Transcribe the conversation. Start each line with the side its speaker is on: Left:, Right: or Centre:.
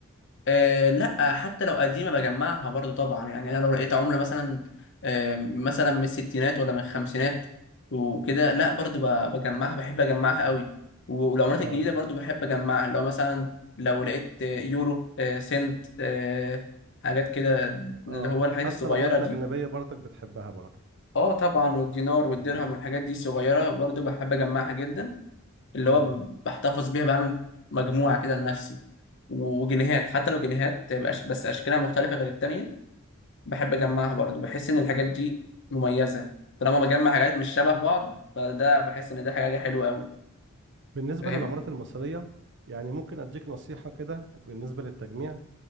Left: أه لا حتى لو قديمة بجمعها برضو طبعا يعني أنا لو لقيت عملة مثلا أه مثلا من الستينات ولا من الخمسينات وكده لا برضو ب- بجمعها بحب أجمعها قوي و- والعملات
Right: اه
Left: الجديدة برضو بحب أجمعها لو مثلا لو لقيت آه، يورو أه سنت أه حاجات كده اللي
Right: اه
Left: هو الحاجات
Right: حتى
Left: الصغيرة
Right: العملات
Left: دي
Right: الأجنبية برضك بتحبها برضك
Left: اه طبعا والدينار والدرهم
Right: مم.
Left: والحاجات دي الصغيرة برضو بحب أجمعها جدا اللي
Right: اه
Left: هو ب- بحتفظ بيها بعمل مجموعة كده لنفسي وجنيهات حتى لو جنيهات تبقى أش- بس أشكالها مختلفة غير التانية بحب أجمعها برضو بحس إن الحاجات دي مميزة طالما بجمع حاجات مش شبه بعض فده بحس إن ده حاجة حلوة أوي
Right: بالنسبة
Left: فاهم؟
Right: للعملات المصرية يعني ممكن أديك نصيحة كده بالنسبة للتجميع